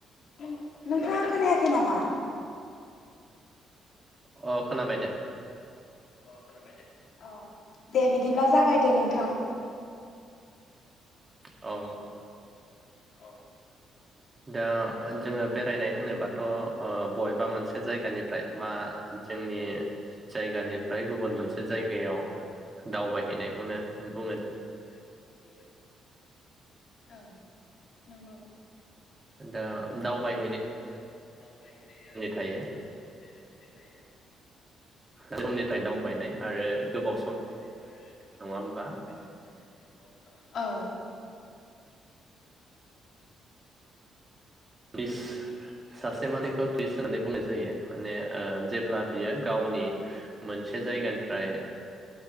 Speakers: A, on the left; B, on the right.
A: नों नोंथाङा खोनायाखै नामा
B: अ खोनाबाय दे
A: खोनाबाय दे अ दे बिदिब्ला जागायदो नोंथां
B: औ
A: औ
B: दा जोङो बेरायनाय होनोबाथ अ बबेबा मोनसे जायगानिफ्राय बा जोंनि जायगानिफ्राय गुबुन मोनसे जायगायाव दावबायहैनायखौनो बुङो
A: <unintelligible> औ नंगौ
B: दा दाउबाय
A: दा दावबायहैनाया
B: थायो
A: मोननै रोखोमनि थायो
B: समनि थाखाय
A: दा
B: दावबायनाय
A: दसे
B: आरो
A: समनि
B: गोबाव
A: थाखाय दावबायनाय आरो गोबाव
B: नङा होमबा
A: समनि थाखाय दावबायनाय नङा होमबा औ
B: टिस्ट सासे मालिखौ टिस्ट होननानै बुंनाय जायो माने ओ जेब्ला बियो गावनि मोनसे जायगानिफ्राय